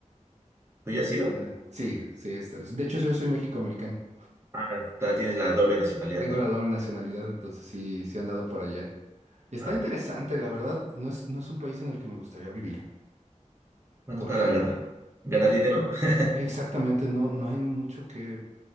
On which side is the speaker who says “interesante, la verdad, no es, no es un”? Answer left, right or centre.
Right